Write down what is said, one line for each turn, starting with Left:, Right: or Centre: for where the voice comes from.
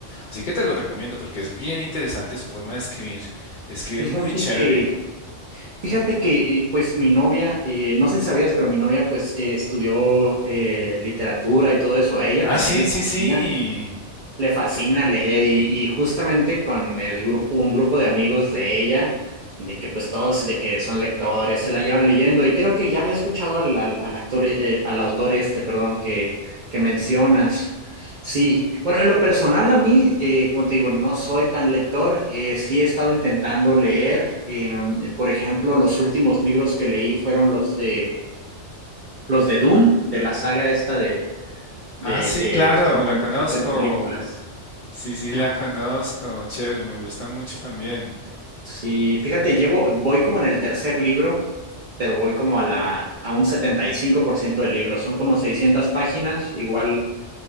Left: Así que te lo recomiendo porque es bien interesante su forma de escribir. Escribe
Right: Fíjate
Left: muy chévere.
Right: que Fíjate que eh, pues mi novia, eh, no sé si sabías, pero mi novia pues eh, estudió eh, literatura y todo eso. A ella
Left: Ah,
Right: también
Left: sí,
Right: le
Left: sí,
Right: fascina
Left: sí.
Right: le fascina leer y, y justamente con el grupo, un grupo de amigos de ella, de que pues todos de que son lectores, se la llevan leyendo y creo que ya había escuchado al, al, al actor, eh, al autor este, perdón, que, que mencionas. Sí, bueno, en lo personal a mí, eh, como te digo, no soy tan lector, eh, sí he estado intentando leer, eh, por ejemplo, los últimos libros que leí fueron los de, los de Dune, de la saga esta de, de
Left: Ah, sí,
Right: que
Left: claro,
Right: recientemente
Left: la conozco.
Right: se hicieron películas.
Left: Sí, sí, la
Right: Ajá.
Left: conozco. Chévere, me gusta mucho también.
Right: Sí, fíjate, llevo, voy como en el tercer libro, pero voy como a la, a un 75% del libro. Son como 600 páginas, igual,